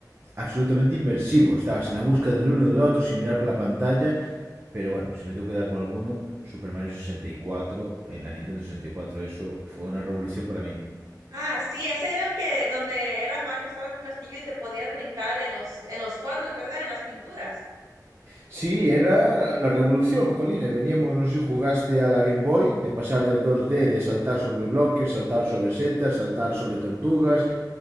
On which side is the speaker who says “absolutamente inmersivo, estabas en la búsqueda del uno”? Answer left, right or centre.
Right